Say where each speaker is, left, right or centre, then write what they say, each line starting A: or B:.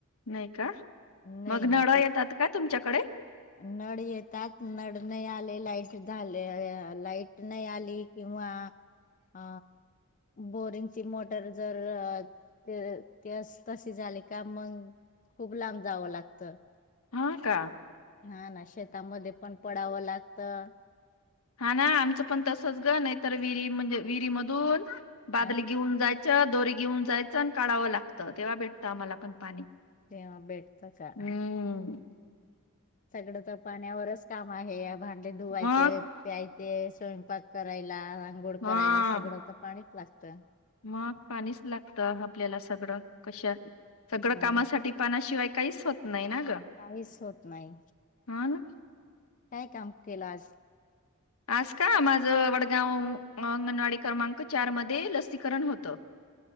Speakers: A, on the left; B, on the left.
A: नाही का
B: नाही
A: मग
B: ना
A: नळां
B: ते
A: येतात का तुमच्याकडे.
B: नळ येतात नळ नाही आले लाईट झाले लाईट नाही आली. किंवा अ बोरिंगची मोटर जर ते ते तसे झाली का मग खूप लांब जावं लागतं
A: हा का
B: हा ना शेतामध्ये पण पडावं लागतं
A: हा ना आमचं पण तसच ग नाहीतर विहिरी म्हणजे विहिरी मधून बादल
B: अ
A: घेऊन जाय दोरी घेऊन जायचं आणि काढावं लागतं तेव्हा भेटतं आम्हाला पण पाणी
B: ते बेटता का
A: हम्म
B: सगळ तर पाण्यावरच काम आहे भांडे धुवायचे
A: मग
B: प्यायचे. ते स्वयंपाक करायला अंगोळ
A: हा
B: करायला सगळं तर पाणीच लागतं.
A: मग पाणीच लागतं आपल्याला सगळं कशा सगळं
B: हा
A: कामासाठी पाणाशिवाय काहीच होत नाही ना गं.
B: काहीच होत नाही.
A: हा ना
B: काय काम केलं आज
A: आज का माझं वडगाव अंगणवाडी क्रमांक चार मध्ये लसीकरण होतं.